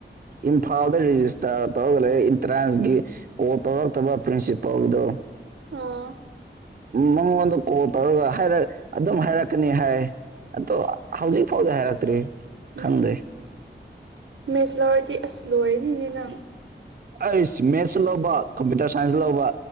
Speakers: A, on the right; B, on the right.
A: ꯏꯝꯐꯥꯜꯗ ꯔꯦꯖꯤꯁꯇꯥꯔ ꯇꯧꯔꯒ ꯂꯩ ꯑꯦꯟꯇ꯭ꯔꯥꯟꯁꯀꯤ ꯀꯣ ꯇꯧꯔꯛꯇꯕ ꯄ꯭ꯔꯤꯟꯁꯤꯄꯥꯜꯗꯣ
B: ꯑꯣ <unintelligible> <inaudible>
A: ꯃꯉꯣꯟꯗ ꯀꯣꯜ ꯇꯧꯔꯒ ꯍꯥꯏꯔ ꯑꯗꯨꯝ ꯍꯥꯏꯔꯛꯀꯅꯤ ꯍꯥꯏ ꯑꯗꯣ ꯍꯧꯖꯤꯛ ꯐꯥꯎꯗ ꯍꯥꯏꯔꯛꯇ꯭ꯔꯤ
B: ꯎꯝ
A: ꯈꯪꯗ꯭ꯔꯦ
B: ꯃꯦꯁꯂꯥ ꯑꯣꯏꯗꯤ ꯑꯁ ꯂꯣꯏꯔꯦꯅꯤꯅꯦ ꯅꯪ
A: ꯑꯩ ꯃꯦꯠꯁ ꯂꯧꯕ ꯀꯝꯄ꯭ꯌꯨꯇꯔ ꯁꯥꯏꯟꯁꯇ ꯂꯧꯕ